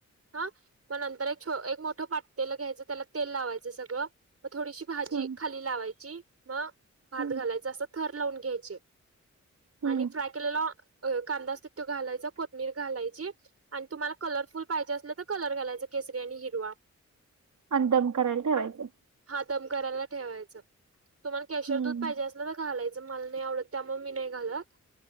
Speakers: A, on the right; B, on the right.
A: हा मग नंतर एक मोठं पातेल घ्यायचं त्याला तेल लावायचं सगळं मग थोडीशी भाजी
B: हं,
A: खाली लावायची मग, भात
B: हं,
A: घालायच असं थर लावून घ्यायचे
B: हं.
A: आणि फ्राय केलेला कांदा असतो तो घालायचा, कोथमीीर घालायच तुम्हाला कलरफुल पाहिजे अस तर कलर घालायच केसरी आणि हिरवा.
B: आणी दम करायला ठेवायचं.
A: हा दम कयराला ठेवायचं तुम्हाला केशर
B: हं,
A: दूध पाहिजे अस- घालायचं मला नाही आवडत त्यामुळे मी नाही घालत.